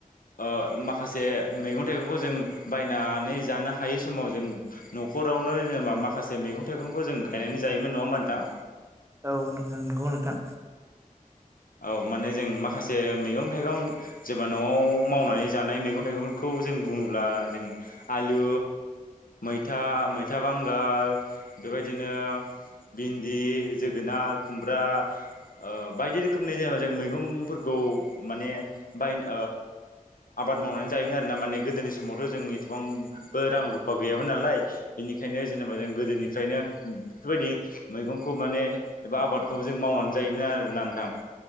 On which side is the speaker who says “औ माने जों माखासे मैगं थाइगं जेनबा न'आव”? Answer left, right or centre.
Left